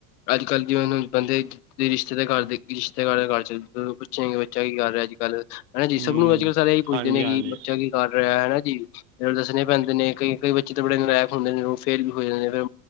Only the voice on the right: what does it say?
ਹੂੰ
ਹਾਂਜੀ
ਹਾਂਜੀ